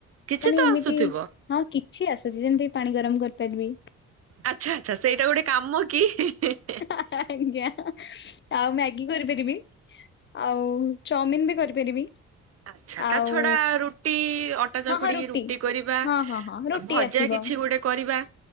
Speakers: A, on the right; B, on the left.
A: କିଛି
B: ମାନେ
A: ତ
B: ଏମିତି
A: ଆସୁଥିବ
B: ହଁ କିଛି ଆସୁଛି। ଯେମିତି ପାଣି ଗରମ କରିପାରିବି।
A: ଆଚ୍ଛା ଆଚ୍ଛା ସେଇଟା ଗୋଟେ କାମ କି!
B: <unintelligible> ଆଜ୍ଞା। <unintelligible> ଆଉ ମ୍ୟାଗି କରିପାରିବି, ଆଉ ଚାଉମିିନ ବି କରିପାରିବି।
A: ଆଚ୍ଛା
B: ଆଉ
A: ତା ଛଡା ରୁଟି, ଅଟା ଚକୁଡିକି
B: ହଁ ହଁ
A: ରୁଟି କରିବା
B: ହଁ
A: ଆ
B: ହଁ ହଁ ରୁଟି
A: ଭଜା
B: ଆସିବ।
A: କିଛି ଗୋଟେ କରିବା।